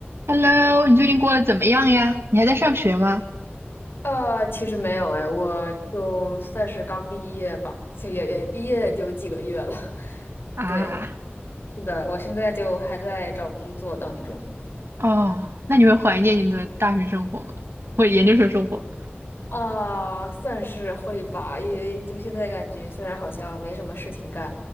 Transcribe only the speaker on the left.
呃，其实没有哎，我就算是刚毕业吧，其实也也毕业有几个月了。<laughs>
对，是的，我现在就还在找工作当中。
啊，算是会吧，因为就现在感觉虽然好像没什么事情干，